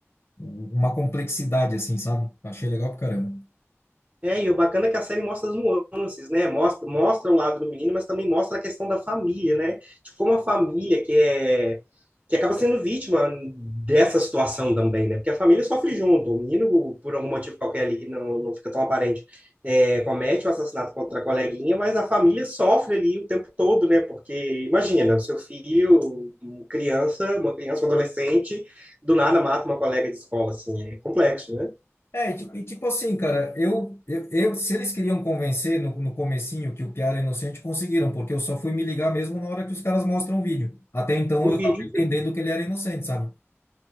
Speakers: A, on the left (about 65°); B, on the right (about 30°).
A: uma complexidade, assim, sabe? Achei legal pra caramba.
B: É, e o bacana é que a série mostra as nuances, né? Mostra, mostra o lado do menino, mas também mostra a questão da família, né? De como a família que é que acaba sendo vítima dessa situação também, né? Porque a família sofre junto. O menino, por algum motivo qualquer ali que não, não fica tão aparente, é, comete o assassinato contra a coleguinha, mas a família sofre ali o tempo todo, né? Porque imagina, o seu filho, um criança, uma criança, um adolescente, do nada mata uma colega de escola, assim, é complexo, né?
A: É, e, ti- e tipo assim, cara, eu, eu, eu- se eles queriam convencer no, no comecinho que o Piara é inocente, conseguiram, porque eu só fui me ligar mesmo na hora que os caras mostram o vídeo. Até então
B: O
A: eu
B: vídeo
A: tava entendendo que ele era inocente, sabe?